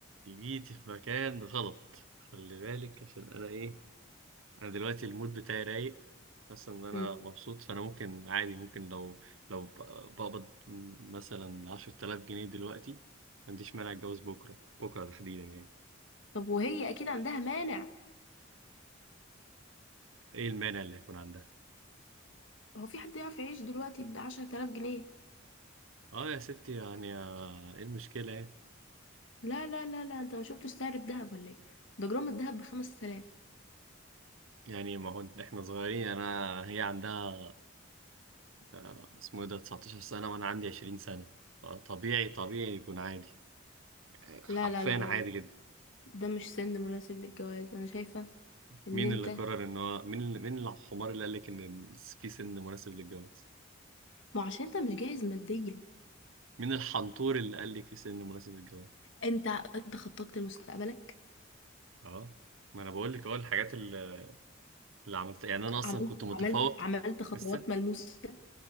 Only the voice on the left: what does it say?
مم.
طب وهي اكيد عندها مانع
هو في حد يعرف يعيش دلوقتي ب 10000 جنيه
لا لا لا لا انت ما شفتش سعر الذهب ولا ايه ده جرام الذهب ب 5000
لا لا لا لا
ده مش سن مناسب للجواز انا شايفه ان
انت
ما عشان انت مش جاهز ماديا
انت انت خططت لمستقبلك
عملت
عملت عملت خطوات
ملموسة